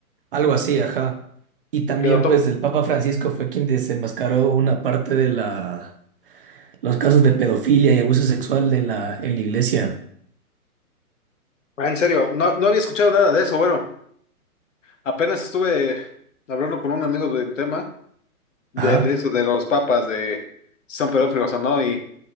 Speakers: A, on the right; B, on the left.
A: algo así, ajá. Y también,
B: Porque lo tomo-
A: pues, el Papa Francisco fue quien desenmascaró una parte de la, los casos de pedofilia y abuso sexual en la, en la iglesia.
B: Ah, En serio, no, no había escuchado nada de eso. Bueno, apenas estuve hablando con un amigo de un tema de,
A: Ajá.
B: de eso, de los papas, de si son pedófilos o no, y